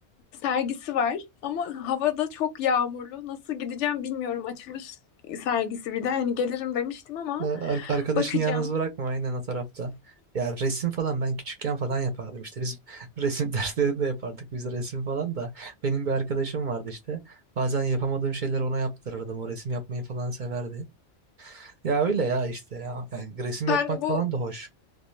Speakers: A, on the left; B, on the right.
A: sergisi var ama havada çok yağmurlu. Nasıl gideceğim bilmiyorum. Açılış sergisi bir de hani gelirim demiştim ama
B: Ha, ar- Arkadaşını
A: bakacağım.
B: yalnız bırakma aynen o tarafta. Ya resim falan ben küçükken falan yapardım işte biz <laughs> resim derslerinde yapardık biz resim falan da benim bir arkadaşım vardı işte bazen yapamadığım şeyleri ona yaptırırdım o resim yapmayı falan severdi. Ya öyle ya işte ya Yani resim
A: Sen
B: yapmak
A: bu
B: falan da hoş.